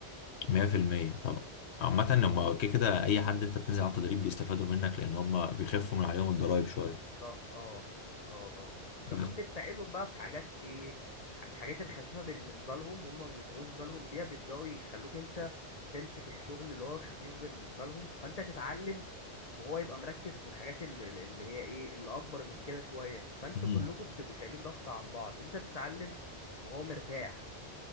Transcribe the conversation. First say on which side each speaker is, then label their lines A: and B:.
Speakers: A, on the left; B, on the left.
A: مية في المية طبعا عامة هما كده كده أي حد أنت بتنزل على التدريب بيستفادوا منك لأن هما بيخفوا من عليهم الضرايب شوية
B: ضغط اه اه اه وكمان
A: بس
B: بتساعدهم بقى في حاجات ايه ح- الحاجات الخفيفة بالنسبة لهم هم ما بيشغلوش بالهم بيها بيبدأوا يخلوك انت تمسك الشغل اللي هو خفيف بالنسبة لهم فانت تتعلم وهو يبقى مركز في الحاجات اللي, اللي اللي هي ايه اللي اكبر من كده شوية فانتوا
A: مم.
B: كلكم بتبقوا شايلين ضغط عن بعض انت بتتعلم وهو مرتاح